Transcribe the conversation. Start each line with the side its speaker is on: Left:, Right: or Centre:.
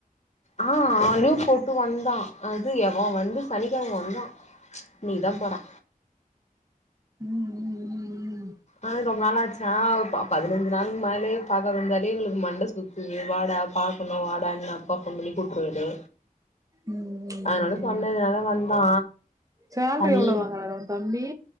Left: ஆஹ் அவ லீவ் போட்டு வந்தா அது எவ வந்து சனிக்கெழம வந்தா இன்னிக்கிதா போறா
Right: ம் ம்
Left: ஆஹ் ரொம்ப நாளாச் சா பதினஞ்சு நாளுக்கு மேலேயே பாக்க வந்தாலே எங்களுக்கு மண்டை சுத்து வாடா பாக்கணு வாடா எங்க அப்பா ஃபோன் பண்ணி கூட்டுருவாரு
Right: ம்
Left: அதனால சொன்னதுனால
Right: ம்
Left: வந்தா
Right: சேல்ரி
Left: ஹனி
Right: எவ்ளோ வாங்குறாரு உ தம்பி